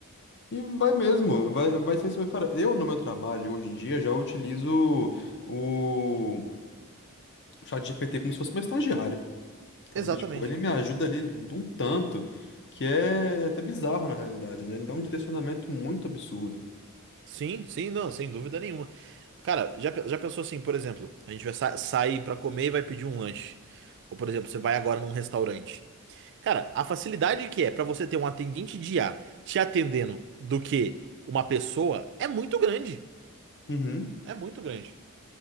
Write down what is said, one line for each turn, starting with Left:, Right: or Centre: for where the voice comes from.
Left: E vai mesmo, vai, vai ser isso mesmo. Cara, eu no meu trabalho hoje em dia já utilizo o chat GPT como se fosse meu estagiário, sabe?
Right: Exatamente.
Left: Tipo, ele me ajuda ali de um tanto que é até bizarro na realidade, né? Ele dá um direcionamento muito absurdo.
Right: Sim, sim, não, sem dúvida nenhuma. Cara, já, pe- já pensou assim, por exemplo, a gente vai sa- sair pra comer e vai pedir um lanche. Ou, por exemplo, você vai agora num restaurante. Cara, a facilidade que é pra você ter um atendente de IA te atendendo do que uma pessoa é muito grande.
Left: Uhum.
Right: É muito grande.